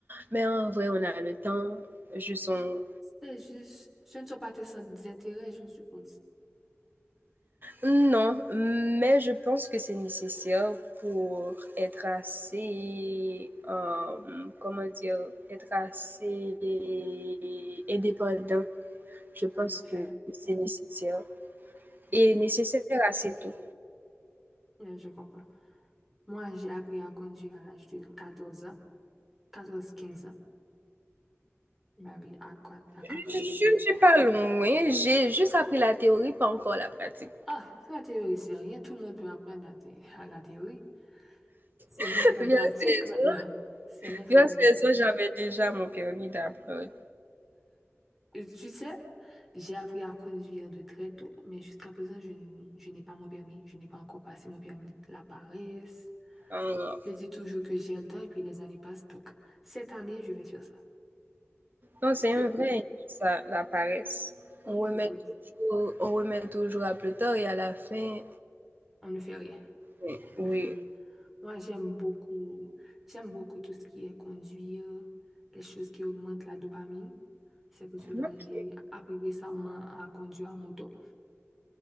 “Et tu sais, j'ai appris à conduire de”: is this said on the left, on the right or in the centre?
Centre